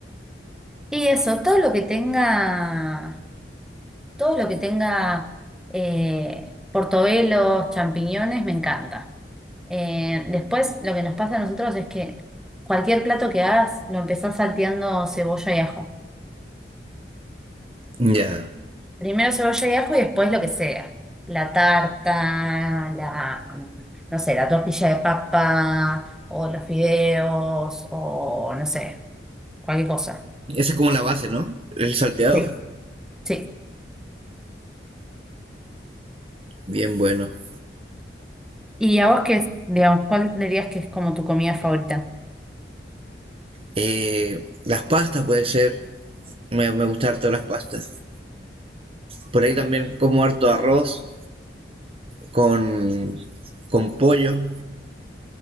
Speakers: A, in the centre; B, on the right.
A: Y eso, todo lo que tenga, todo lo que tenga eh, portobelos, champiñones, me encanta. Eh, después, lo que nos pasa a nosotros es que cualquier plato que hagas, lo empezás salteando cebolla y ajo.
B: Ya.
A: Primero cebolla y ajo y después lo que sea. La tarta, la, no sé, la tortilla de papa o los fideos o no sé, cualquier cosa.
B: Esa es como la base, ¿no? El salteado.
A: Sí. Sí.
B: Bien bueno.
A: ¿Y a vos qué, digamos, cuál dirías que es como tu comida favorita?
B: Eh, las pastas puede ser, me, me gusta harto las pastas. Por ahí también como harto arroz con, con pollo.